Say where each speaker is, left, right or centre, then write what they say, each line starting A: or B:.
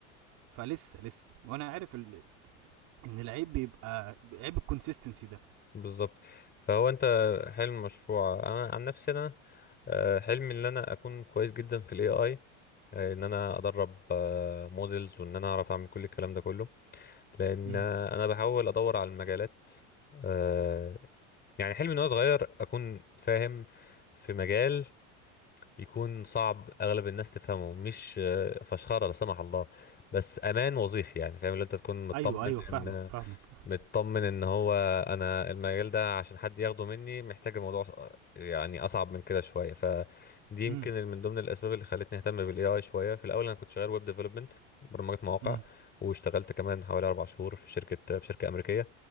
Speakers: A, on the right; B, on the left.
A: فلسه لسه وانا عارف ال- ان العيب بيبقى عيب الكونسيستنسي ده
B: بالظبط فهو انت حلم مشروع انا عن نفسي انا آه، حلمي ان انا اكون كويس جدا في الاي اي ان انا ادرب موديلز وان انا اعرف اعمل كل الكلام ده كله لان
A: م.
B: انا بحاول ادور على المجالات آه، يعني حلمي ان انا صغير اكون فاهم في مجال يكون صعب اغلب الناس تفهمه مش آه، فشخره لا سمح الله بس امان وظيفي يعني فاهم اللي انت تكون مطمن
A: ايوه ايوه فاهمك
B: ان
A: فاهمك
B: مطمن ان هو انا المجال ده عشان حد ياخده مني محتاج الموضوع ص- يعني اصعب من كده شويه فدي يمكن
A: امم
B: ال- من ضمن الاسباب اللي خلتني اهتم بالاي اي شويه في الاول انا كنت شغال ويب ديفلوبمنت برمجه مواقع
A: امم
B: واشتغلت كمان حوالي اربع شهور في شركه في شركه امريكيه